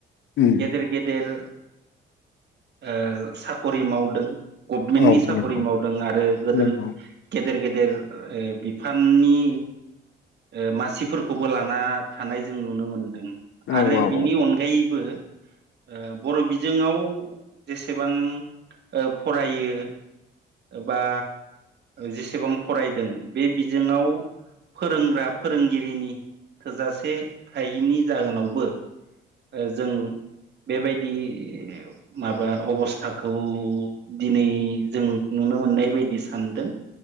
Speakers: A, on the left (about 70°); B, on the right (about 60°).
A: उम
B: गेदेर गेदेर, ओ साक'रि मावदों। गभमेन्टनि
A: औ
B: साकरि
A: नंगौ
B: मावदों आरो गोदेर
A: नंगौ
B: गेदेर गेदेर ओ बिफाननि ओ मासिफोरखौबो लाना थानाय जों नुनो मोनदों।
A: औ
B: आरो
A: औ
B: बिनि
A: औ
B: अनगायैबो ओ बर बिजोंङाव जेसेबां- ओ फरायो बा जेसेबां फरायदों बे बिजोंङाव फोरोंग्रा फोरोंगिरिनि थोजासे थायैनि जाहोनावबो ओ जों बेबायदि माबा अबस्थाखौ दिनै जों नुनो मोननाय बायदि सानदों